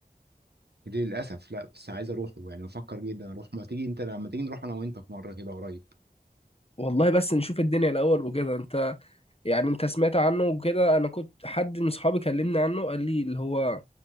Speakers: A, on the right; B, on the left.
A: دي للاسف لا بس عايز اروح يعني بفكر جدا اروح ما تيجي انت لما تيجي نروح انا وانت في مره كده قريب
B: والله بس نشوف الدنيا الاول وكده انت يعني انت سمعت عنه وكده انا كنت حد من صحابي كلمني عنه قال لي اللي هو